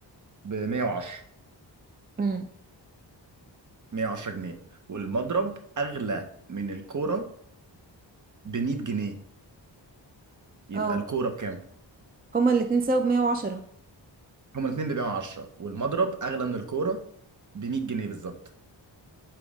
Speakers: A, on the right (about 45°); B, on the right (about 20°).
A: ب 110
B: مم.
A: 110 جنيه والمضرب أغلى من الكورة ب 100 جنيه يبقى
B: اه
A: الكوره بكام؟
B: هما الاتنين سبب 110
A: هما الاثنين بيبيعوا 10 والمضرب اغلى من الكوره ب 100 جنيه بالظبط